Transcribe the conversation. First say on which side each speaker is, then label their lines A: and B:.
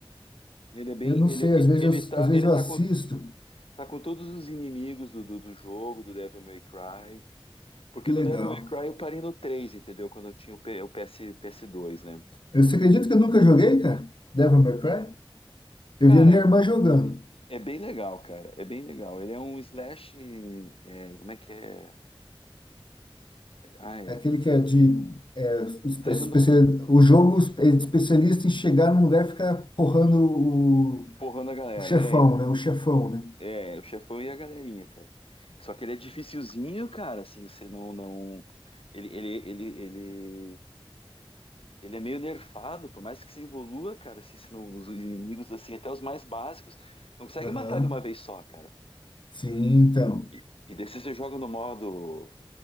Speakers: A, on the left; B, on the left.
A: Ele é bem.
B: eu não
A: Ele,
B: sei, às vezes
A: ele tá,
B: eu, às vezes
A: ele
B: eu
A: tá
B: assisto.
A: com, tá com todos os inimigos do, do, do jogo, do Devil May Cry. Porque
B: Que legal.
A: no Devil May Cry eu parei no três entendeu? Quando eu tinha o, P- o PS, ps dois né?
B: Eu- Você acredita que eu nunca joguei, cara? Devil May Cry? Eu
A: Cara,
B: vi a minha irmã jogando.
A: é bem legal, cara. É bem legal. Ele é um slash. é, como é que é? Ai,
B: É Aquele que é de... é, espe-
A: sai
B: especia-
A: dando
B: o jogo é especialista em chegar num lugar e ficar porrando o,
A: porrão na galera.
B: o chefão,
A: É,
B: né? O chefão, né?
A: É, o chefão e a galerinha, cara. Só que ele é dificilzinho, cara, assim, você não, não... Ele, ele, ele, ele, ele é meio nerfado, por mais que você evolua, cara, assim, você não, os inimigos, assim, até os mais básicos, não consegue
B: Aham.
A: matar de uma vez só, cara.
B: Sim, então.
A: E, e daí se você joga no modo